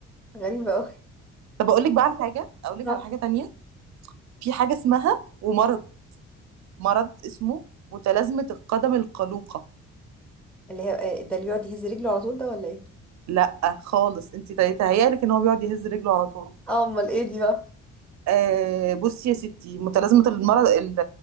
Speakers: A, in the centre; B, on the right (about 65°).
A: غريبة أوي
B: طب اقول لك بقى على حاجة اقول لك
A: آه.
B: على حاجة تانية في حاجة اسمها ومرض مرض اسمه متلازمة القدم القلوقة
A: اللي هي آه، ده اللي بيقعد يهز رجله على طول ده ولا ايه
B: لا خالص انت تهيألك ان هو بيقعد يهز رجله على طول
A: اه امال ايه دي بقى
B: آه بصي يا ستي متلازمة المرض ال-